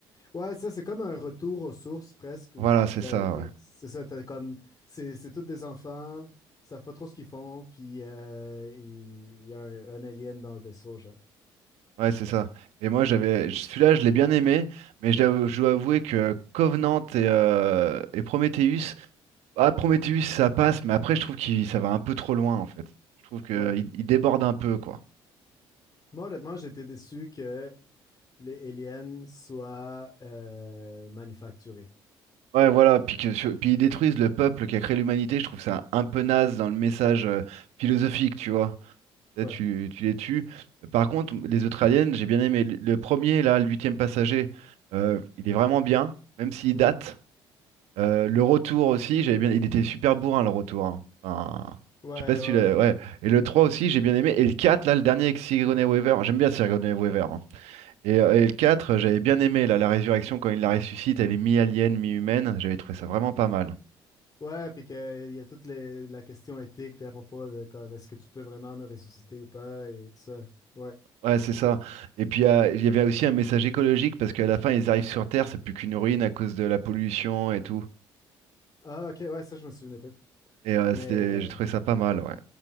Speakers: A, on the left; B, on the right.
A: Ouais, ça, c'est comme un retour aux sources presque, où
B: Voilà, c'est
A: t'as-
B: ça,
A: t'as-
B: ouais.
A: c'est ça, t'as comme, c'est c'est tous des enfants, ils savent pas trop ce qu'ils font, puis euh, il il y a un, un alien dans le vaisseau, genre.
B: Ouais, c'est ça. Et moi, j'avais celui-là, je l'ai bien aimé, mais je dois je dois avouer que Covenant et, euh, et Prometheus, ah, Prometheus, ça passe, mais après, je trouve que ça va un peu trop loin, en fait. Je trouve qu'il
A: Ouais.
B: il déborde un peu, quoi.
A: Moi, honnêtement, j'ai été déçu que les aliens soient euh, manufacturés.
B: Ouais, voilà, puis, que, sur- puis ils détruisent le peuple qui a créé l'humanité, je trouve ça un peu naze dans le message euh, philosophique, tu vois. Là,
A: Ouais.
B: tu, tu les tues. Par contre, les autres aliens, j'ai bien aimé. Le le premier, là, le huitième passager, euh, il est vraiment bien, même s'il
A: Mhm.
B: date. Euh, le retour aussi, j'avais bien... il était super bourrin le retour. hein. Enfin,
A: Ouais,
B: je sais pas si
A: ouais,
B: tu l'as.
A: ouais.
B: Ouais. Et le 3 aussi, j'ai bien aimé. Et le 4 là, le dernier avec Sigourney Weaver. J'aime bien Sigourney Weaver. hein. Et, euh, et le 4, euh, j'avais bien aimé là, la résurrection quand il la ressuscite. Elle est mi-alien, mi-humaine. J'avais trouvé ça vraiment pas mal.
A: Ouais, puis qu'il y a toute les- la question éthique puis à propos de comme est-ce que tu peux vraiment me ressusciter ou pas et tout ça. Ouais.
B: Ouais, c'est ça. Et puis euh, il y avait aussi un message écologique parce qu'à la fin, ils arrivent sur Terre, c'est plus qu'une ruine à cause de la pollution et tout.
A: Ah, ok, ouais, ça, je me souvenais pas.
B: Et euh,
A: Mais
B: c'était...
A: euh,
B: j'ai trouvé ça pas mal. ouais.